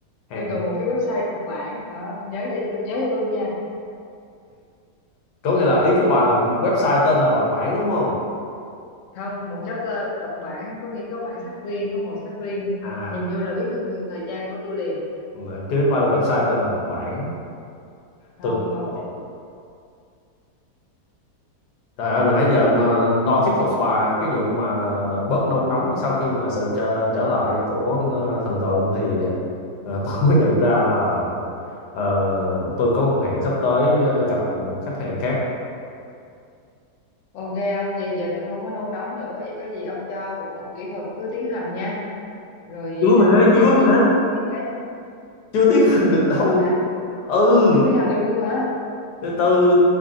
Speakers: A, on the left; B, on the left.
A: hàng
B: tôi cần một cái website đọc bản đó nhớ vậy tôi- nhớ cho tôi nha
A: có nghĩa là ý của bà là một website tên là đọc bản đúng không
B: không một chapter đọc bản có nghĩa có bản sắc riêng có màu sắc riêng
A: à
B: nhìn
A: à,
B: vô là biết thương hiệu thời trang của tôi liền
A: ừ, chứ không phải là website tên là đọc bản
B: không
A: tôi tưởng
B: không
A: lộn. trời ơi mà nãy giờ nó- lo thuyết phục bà cái vụ mà bớt nôn nóng sau khi mà sự trở, trở lại của ờ, thần tượng thì ờ, tôi <laughs> mới nhận ra là ờ, tôi có cuộc hẹn sắp tới ờ, gặp một khách hàng khác
B: ok ông vậy giờ tôi không có nôn nóng nữa vậy có gì ông cho bộ phận kỹ thuật cứ tiến hành nha rồi
A: chưa
B: à,
A: mà
B: thiết
A: chưa
B: kế gì ông
A: mà
B: cứ cho thiết kế nha
A: chưa tiến hành được đâu
B: chưa hả
A: ừ
B: chưa tiến hành được luôn hả
A: từ từ